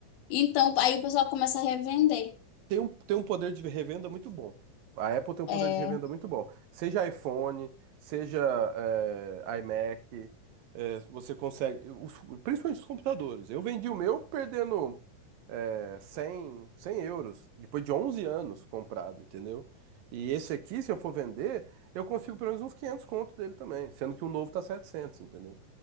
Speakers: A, on the left; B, on the right.
A: Então, aí o pessoal começa a revender.
B: tem um, tem um poder de revenda muito bom. A Apple tem um poder
A: É,
B: de revenda muito bom. Seja iPhone, seja eh, iMac, eh, você consegue. os- principalmente os computadores. Eu vendi o meu perdendo eh, 100 100 euros, depois de 11 anos comprado, entendeu? E esse aqui, se eu for vender, eu consigo pelo menos uns 500 conto dele também, sendo que o novo tá setecentos entendeu?